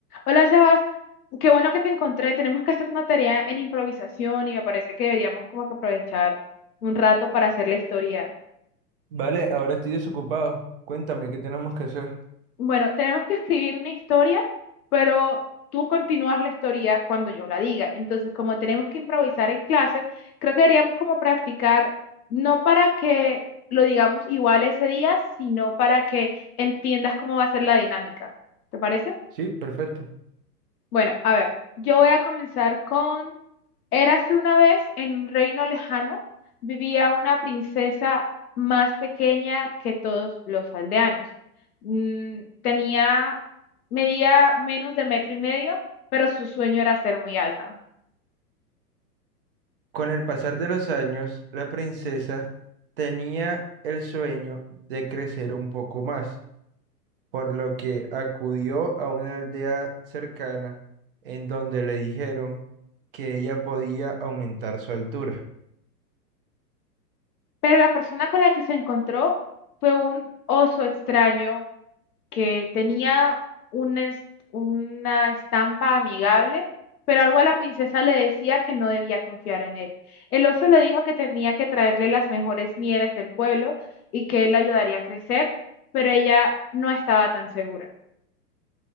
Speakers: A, on the left; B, on the right.
A: Hola, Sebas. Qué bueno que te encontré. Tenemos que hacer una tarea en improvisación y me parece que deberíamos como que aprovechar un rato para hacer la historia.
B: Vale, ahora estoy desocupado. Cuéntame, ¿qué tenemos que hacer?
A: Bueno, tenemos que escribir una historia, pero tú continúas la historia cuando yo la diga. Entonces, como tenemos que improvisar en clase, creo que deberíamos como practicar, no para que lo digamos igual ese día, sino para que entiendas cómo va a ser la dinámica. ¿Te parece?
B: Sí, perfecto.
A: Bueno, a ver, yo voy a comenzar con, érase una vez en un reino lejano, vivía una princesa más pequeña que todos los aldeanos. Mm, tenía, medía menos de metro y medio, pero su sueño era ser muy alta.
B: Con el pasar de los años, la princesa tenía el sueño de crecer un poco más, por lo que acudió a una aldea cercana en donde le dijeron que ella podía aumentar su altura.
A: Pero la persona con la que se encontró fue un oso extraño que tenía un es- una estampa amigable, pero algo a la princesa le decía que no debía confiar en él. El oso le dijo que tenía que traerle las mejores mieles del pueblo y que él la ayudaría a crecer, pero ella no estaba tan segura.